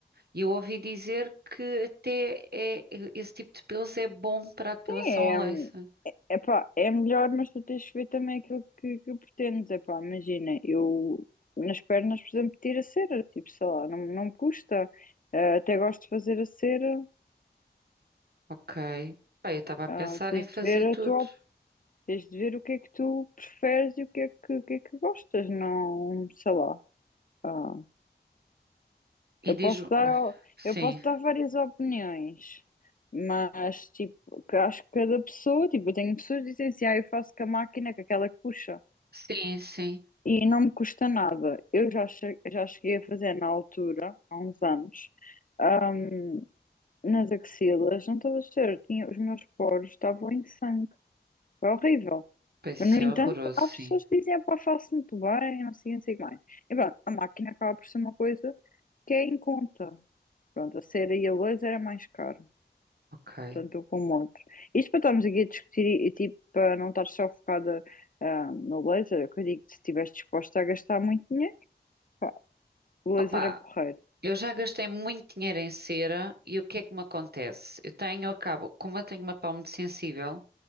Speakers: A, on the right; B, on the left.
A: E eu ouvi dizer que até é, esse tipo de pelos é bom para a depilação
B: É,
A: a laser.
B: é, epá, é melhor, mas tu tens de ver também aquilo que, que pretendes, epá, imagina, eu nas pernas, por exemplo, tiro a cera, tipo, sei lá, não, não me custa, Eh, até gosto de fazer a cera,
A: Ok. Pá, eu estava a
B: Ah,
A: pensar
B: tens
A: em fazer
B: de ver
A: tudo.
B: a tua Tens de ver o que é que tu preferes e o que é que, o que é que gostas, não, sei lá. Ah,
A: E
B: eu
A: diz.
B: posso
A: um,
B: dar,
A: Sim,
B: eu posso dar várias opiniões, mas tipo, que acho que cada pessoa, tipo, eu tenho pessoas que dizem assim, ah, eu faço com a máquina, com aquela que puxa,
A: sim, sim.
B: e não me custa nada. Eu já, che- já cheguei a fazer na altura, há uns anos, ahm, nas axilas, não estás a ver, tinha, os meus poros estavam em sangue, foi horrível.
A: Pois
B: Mas,
A: isso
B: no
A: é
B: entanto,
A: horroroso,
B: há
A: sim.
B: pessoas que dizem, pá, faço muito bem, não sei, não sei o que mais. E pronto, a máquina acaba por ser uma coisa que é em conta. Pronto, a cera e a luz era mais caro,
A: Ok.
B: tanto um como o outro. Isto para estarmos aqui a discutir e, e, tipo, para não estar só focada ah, no laser, eu digo que se estiveres disposta a gastar muito dinheiro, pá, o laser
A: Opa,
B: é porreiro.
A: eu já gastei muito dinheiro em cera e o que é que me acontece? Eu tenho, acabo, como eu tenho uma pele muito sensível,